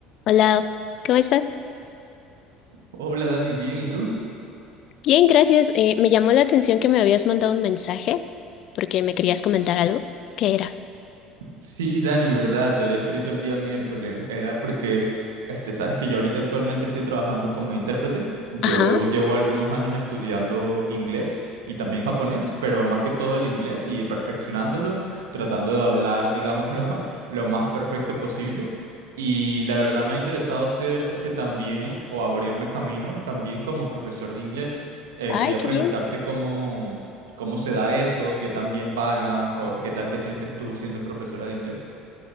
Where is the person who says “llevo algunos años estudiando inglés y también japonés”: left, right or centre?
Right